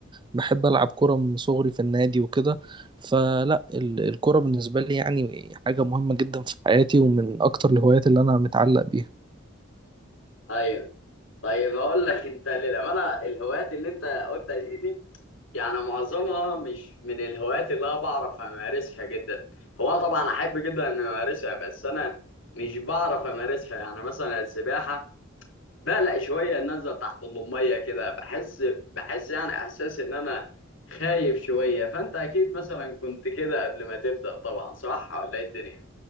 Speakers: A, on the right; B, on the left.
A: وبحب ألعب كرة من صغري في النادي وكده فلا ال- الكرة بالنسبة لي يعني حاجة مهمة جدا في حياتي ومن أكتر الهوايات اللي أنا متعلق بيها
B: ايوه طيب اقول لك انت للامانه الهوايات اللي انت قلتها دي دي يعني معظمها مش من الهوايات اللي انا بعرف امارسها جدا هو طبعا احب جدا ان امارسها بس انا مش بعرف امارسها يعني مثلا السباحه بقلق شويه ان انزل تحت الميه كده بحس بحس يعني احساس ان انا خايف شويه فانت اكيد مثلا كنت كده قبل ما تبدا طبعا صح ولا ايه الدنيا؟